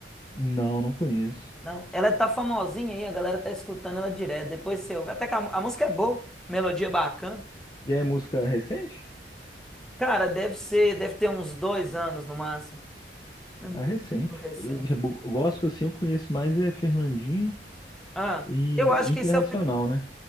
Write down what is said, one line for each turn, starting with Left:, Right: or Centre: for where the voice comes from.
Left: Não, não conheço.
Centre: Não, ela tá famosinha aí, a galera tá escutando ela direto. Depois você ouve. Até que a, a música é boa, melodia bacana.
Left: E é música recente?
Centre: Cara, deve ser, deve ter uns dois anos no máximo. É muito
Left: Ah, recente.
Centre: recente.
Left: Eu- eu Gospel, assim, eu conheço mais é Fernandinho
Centre: Ah,
Left: e
Centre: eu acho
Left: internacional,
Centre: que isso é. o-
Left: né?